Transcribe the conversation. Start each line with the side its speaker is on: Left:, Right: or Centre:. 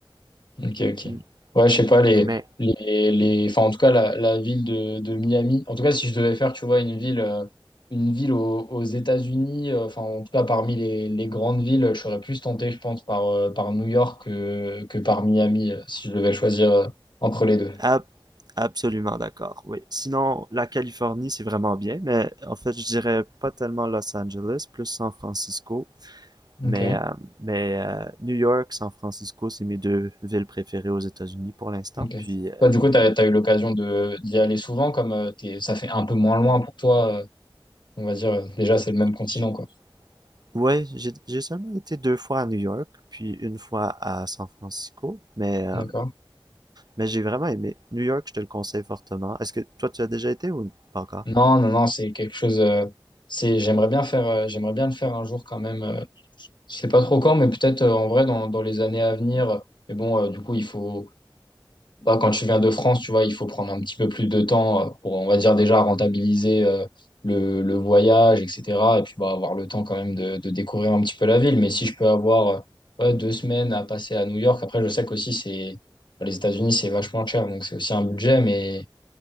Left: Ok, ok.
Right: Mm.
Left: Ouais, je sais pas, les,
Right: Mais
Left: les, les... Enfin, en tout cas, la, la ville de, de Miami. En tout cas, si je devais faire, tu vois, une ville, euh, une ville aux, aux États-Unis, euh, enfin, en tout cas, parmi les, les grandes villes, je serais plus tenté, je pense, par, euh, par New York que, que par Miami, euh, si je devais choisir euh, entre les deux.
Right: Ab- absolument d'accord, oui. Sinon, la Californie, c'est vraiment bien, mais en fait, je dirais pas tellement Los Angeles, plus San Francisco.
Left: Ok.
Right: Mais, euh, mais euh, New York, San Francisco, c'est mes deux villes préférées aux États-Unis pour l'instant.
Left: Ok.
Right: Puis, euh,
Left: Toi, du coup, tu as,
Right: ouais.
Left: eu l'occasion de d'y aller souvent, comme euh, t'es- ça fait un peu moins loin pour toi, euh, on va dire, euh, déjà, c'est le même continent,
Right: J'ai,
Left: quoi.
Right: ouais, j'ai, j'ai seulement été deux fois à New York, puis une fois à San Francisco. Mais, euh,
Left: D'accord?
Right: mais j'ai vraiment aimé. New York, je te le conseille fortement. Est-ce que toi, tu as déjà été ou pas encore?
Left: Non, non, non, c'est quelque chose, euh, c'est, j'aimerais bien faire, euh, j'aimerais bien le faire un jour quand même. euh, je sais pas trop quand, mais peut-être euh, en vrai dans, dans les années à venir. Mais bon, euh, du coup, il faut, bah, quand tu viens de France, tu vois, il faut prendre un petit peu plus de temps euh, pour, on va dire, déjà rentabiliser euh, le, le voyage, etc. Et puis, bah, avoir le temps quand même de, de découvrir un petit peu la ville. Mais si je peux avoir euh, ouais, deux semaines à passer à New York, après, je sais qu'aussi, c'est, bah, les États-Unis, c'est vachement cher, donc c'est aussi un budget. Mais,